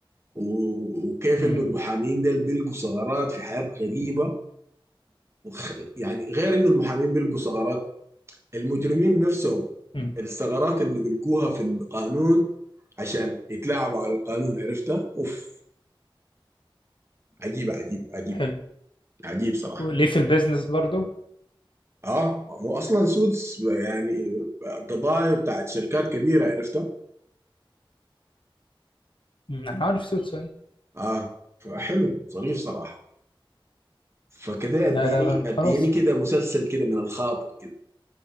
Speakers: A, on the right; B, on the left.
A: و- وكيف
B: مم.
A: انه المحامين دول بيلقوا ثغرات في حياه غريبه وخ... يعني غير انه المحامين بيلقوا ثغرات المجرمين نفسهم
B: مم.
A: الثغرات اللي بيلقوها في القانون عشان يتلاعبوا على القانون عرفتها اوف عجيب عجيب عجيب
B: حلو
A: عجيب صراحة
B: ليه في البيزنس برضو
A: اه ما هو اصلا سودس يعني قضايا بتاعت شركات كبيرة عرفتها
B: مم. انا عارف سوتس أيوة.
A: اه فحلو ظريف صراحة فكده اديني
B: لا لا،
A: اديني
B: خلاص
A: كده مسلسل كده من الخاطر كده